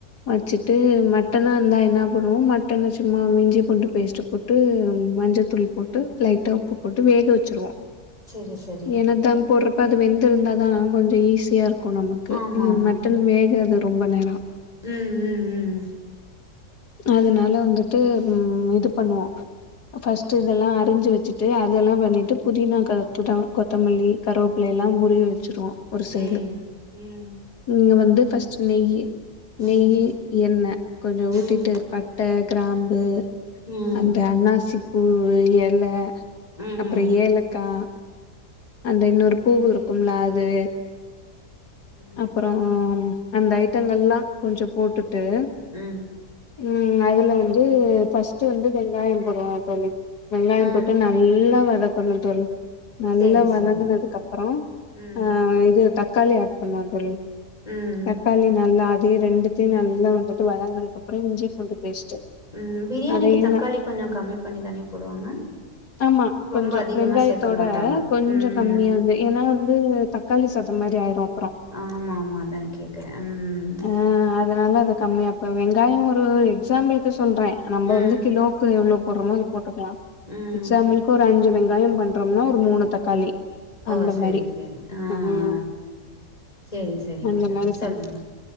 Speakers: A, on the left (about 85°); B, on the left (about 25°).
A: வச்சுட்டு மட்டனா இருந்தா என்னா பண்ணுவோ மட்டன சும்மா இஞ்சி பூண்டு பேஸ்ட்டு போட் ட்டு மஞ்சத்தூள் போட்டு லைட்டா உப்பு போட்டு வேக வெச்சுருவோ
B: செரி செரி
A: எனதாம் பொறு இப்ப அது வெந்திருந்தா தா கொஞ்ச ஈஸியா இருக்கு நமக்கு
B: ஆமா
A: ம் மட்டன் வேகாது ரொம்ப நேரோ
B: உ உ உ
A: அதுனால வந்துட்டு ம் இது பண்ணுவோ பஃஸ்ட்டு
B: ஓகே
A: இதெல்லா அறிஞ்சு வெச்சுட் ட்டு அதெல்லா பண்ணிட்டு புதினா கருப்புதா கொத்தமல்லி கருவேப்பில எல்லா உருகி வச்சிருவோ ஒரு
B: ம்
A: சைடு
B: ம்
A: நீங்க வந்து ஃபஸ்ட் நெய்யி
B: ம்
A: நெய்யி
B: ம்
A: எண்ணெ கொஞ்சொ
B: ம்
A: ஊத்திட்டு பட்ட ட்ட கிராம்பு
B: ம்
A: அந்த அன்னாசிப் பூ எல
B: உ
A: அப்றொ
B: உ
A: ஏலக்கா அந்த இன்னொரு பூவு இருக்குல்ல அது
B: ம்
A: அப்பறொ ஆ அந்த ஐட்டங்கள்லா கொஞ்சொ போட்டுட்டு
B: உ
A: ம் அதுல வந்து ஃபர்ஸ்ட்டு வந்து வெங்காயோ போடுவாங் தோழி வெங்காயோ
B: ம்
A: போட்டு நல்லா வதக்கணு தோழி நல்லா
B: சேரி
A: வதங்குனதுக்குப்பறொ
B: சேரி ம்
A: ஆ இது தக்காளி ஆட் பண்ணு தோழி
B: ம்
A: தக்காளி நல்லா அதயு ரெண்டு நல்லா வந்துட்டு வதங்குனதுக்க ப்புறொ இஞ்சிபூண்டு பேஸ்ட்டு
B: ம் பிரியாணிக்கு
A: அதையு
B: தக்காளி
A: ந
B: கொஞ்சொ கம்மி பண்ணி தானே போடுவாங்க
A: ஆமா கொஞ்சொ
B: ரொம்ப அதிகமா
A: வெங்காயத்தோட
B: சேக்க மாட்டாங்க
A: கொஞ்சோ
B: ம்
A: கம்மியா வந்து ஏன்னா வந்து தக்காளி சாதோ மாரி ஆயிரு அப்றொ
B: ஆமா ஆமா அதா கேக்குறே ம்
A: ஆ அதுனால அத கம்மியா இப்ப வெங்காயோ ஒரு எக்ஸாம்பிளுக்கு சொல்றே நம்ப
B: ம்
A: வந்து கிலோவுக்கு எவ்ளோ போடுறமோ அது போட்டுக்கலா
B: உ
A: எக்ஸாம்பிளுக்கு ஒரு அஞ்சு வெங்காயோ பண்றோம்னா ஒரு மூணு தக்காளி
B: ஓ
A: அந்த
B: செரி
A: மாரி
B: செரி ஆ
A: ம்
B: ஆ செரி செரிங்க
A: அந்த
B: தோழி
A: மாரி
B: சொல்லுங்க